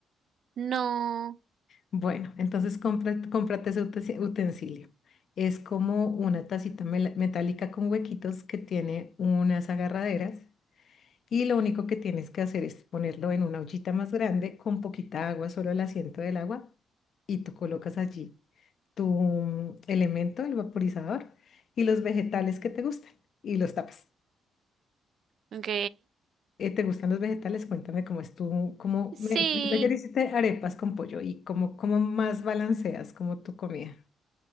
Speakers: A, on the right (about 60°); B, on the left (about 60°).
A: no,
B: Bueno, entonces cómprate, cómprate ese utens- utensilio. Es como una tacita mela- metálica con huequitos que tiene unas agarraderas y lo único que tienes que hacer es ponerlo en una ollita más grande con poquita agua, solo el asiento del agua, y tú colocas allí tu mm, elemento, el vaporizador, y los vegetales que te gustan y los tapas.
A: ok.
B: Eh, ¿te gustan los vegetales? Cuéntame cómo es tú, cómo
A: Sí,
B: me, ayer hiciste arepas con pollo y cómo, cómo más balanceas como tu comida.